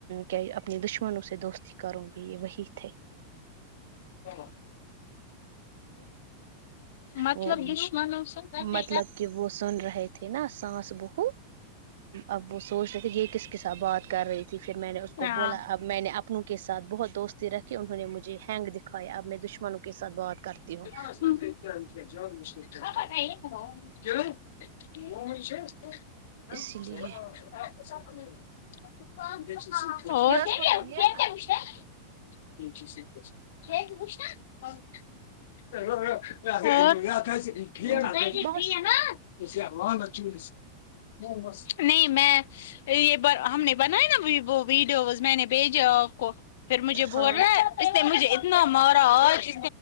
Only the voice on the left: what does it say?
تو مطلب
دشمنوں سے
ہاں
<unintelligible> <unintelligible>
<unintelligible> اور
اور <unintelligible>
نہیں میں یہ ہم نے بنایا نا ویڈیوز میں نے بھیجا کو پھر مجھے
بولنا اس نے مجھے اتنا مارا آج